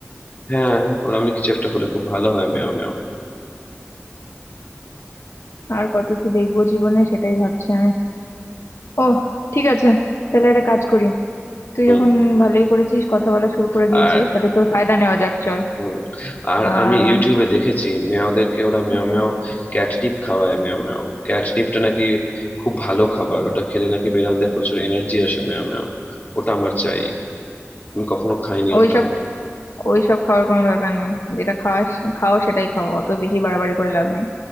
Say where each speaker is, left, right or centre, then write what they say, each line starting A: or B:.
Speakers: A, on the left; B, on the left.
A: হ্যাঁ ওরামি কিছু একটা হলে খুব ভালো হয় মেও মেও
B: আর কত কি দেখবো জীবনে সেটাই ভাবছি আমি ও ঠিক আছে তাহলে একটা কাজ করি তুই
A: হুম
B: যখন ভালোই করেছিস কথা বলা শুরু করে দিয়েছিস
A: আর
B: তাহলে তোর ফায়দা নেওয়া যাক চল
A: হুম আর
B: আহ
A: আমি ইউটিউবে দেখেছি মেয়াওদেরকে ওরা মেও
B: হম
A: মেও ক্যাটনিপ খাওয়ায় মেও মেও ক্যাটনিপটা নাকি খুব ভালো খাবার ওটা খেলে নাকি বিড়ালদের প্রচুর এনার্জি আসে মেও মেও ওটা আমার চাই আমি কখনো খাইনি
B: ওইসব
A: ওটা
B: ওইসব খাওয়ার কোনো দরকার নেই যেটা খাওয়াস খাও সেটাই খাও অত বেশি বাড়াবাড়ি করে লাভ নেই